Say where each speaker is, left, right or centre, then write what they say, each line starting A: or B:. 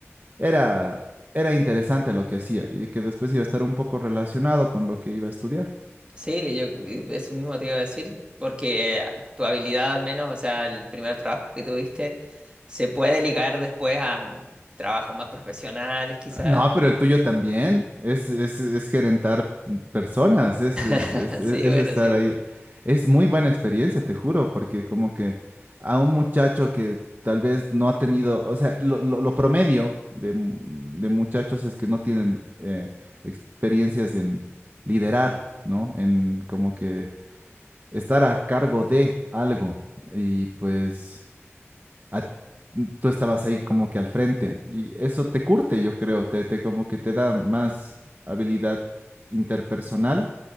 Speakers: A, on the right; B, on the right.
A: era, era interesante lo que hacía y de que después iba a estar un poco relacionado con lo que iba a estudiar.
B: Sí, yo eh, eso mismo te iba a decir, porque eh, tu habilidad al menos, o sea, el primer trabajo que tuviste, se puede ligar después a mm, trabajos más profesionales, quizás.
A: No, pero el tuyo también. Es, es, es gerentar personas, es, es,
B: <laughs>
A: es, es-
B: Sí,
A: es
B: bueno,
A: estar
B: sí.
A: ahí. Es muy buena experiencia, te juro, porque como que a un muchacho que tal vez no ha tenido, o sea, lo, lo- lo promedio de, mu- de muchachos es que no tienen eh, experiencias en liderar, ¿no? En como que estar a cargo de algo. Y pues a- tú estabas ahí como que al frente y eso te curte, yo creo, te, te como que te da más habilidad interpersonal